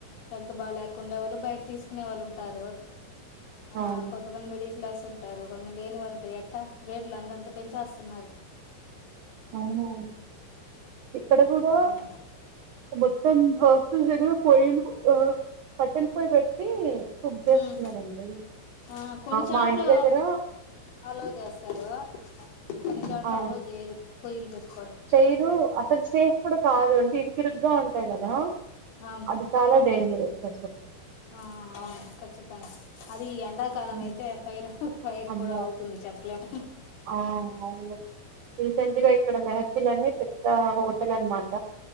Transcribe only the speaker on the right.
అవును
అవునునవును ఇక్కడ కూడా
మొత్తం హాస్టల్ దగ్గర పోయ్యలు ఆ కట్టెలు పోయ్యి పెట్టు తే కుక్ చేస్తున్నానండి.
మా ఇంటి దగ్గర
ఆ
చైరు అసక్సే ఇప్పుడు కాదు అంటే ఇరుకిరుగ్గా ఉంటాయి కదా.
అది చాలా డేంజరస్. సరి సరే
హ్మ్.
అమ్మో
ఆ అవును రీసెంట్ గా ఇక్కడ మెహఫల్ అనే పెద్ద హోటల్ అనమాట.